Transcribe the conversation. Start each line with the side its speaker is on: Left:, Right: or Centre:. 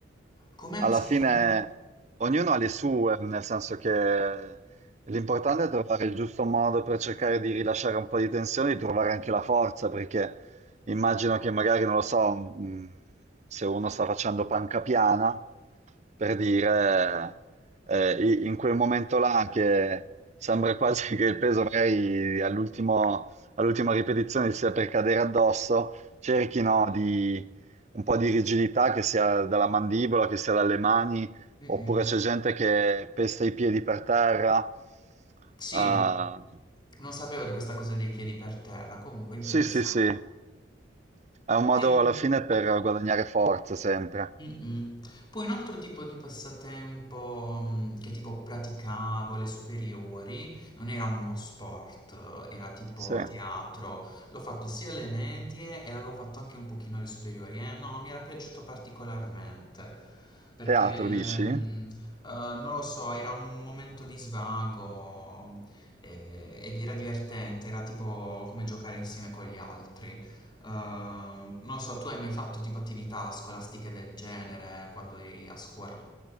Left: Come?
Right: Alla
Left: Scusami?
Right: fine ognuno ha le sue, nel senso che l'importante è trovare il giusto modo per cercare di rilasciare un po' di tensione, di trovare anche la forza, perché immagino che magari, non lo so, mh, se uno sta facendo panca piana, per dire, eh, i- in quel momento là che sembra quasi <laughs> che il peso magari all'ultimo- all'ultima ripetizione sia per cadere addosso, cerchino un po' di rigidità, che sia dalla mandibola, che sia dalle mani,
Left: Mm-mm.
Right: oppure c'è gente che pesta i piedi per terra.
Left: Sì,
Right: Ah,
Left: non sapevo di questa cosa dei piedi per terra, comunque interessante.
Right: sì, sì, sì, è un modo
Left: Ehm
Right: alla fine per guadagnare forza sempre.
Left: Mh-mh. Poi un altro tipo di passatempo, mhmm, che tipo praticavo alle superiori, non era uno sport, era tipo
Right: Sì.
Left: teatro. L'ho fatto sia alle medie e l'avevo fatto anche un pochino alle superiori e no, mi era piaciuto particolarmente perché,
Right: Teatro,
Left: Mh.
Right: dici?
Left: mhmm, uhm, non lo so, era un momento di svago, ehm, ed era divertente, era tipo come giocare insieme con gli altri. Uh, non lo so, tu hai mai fatto tipo attività scolastiche del genere quando eri a scuola?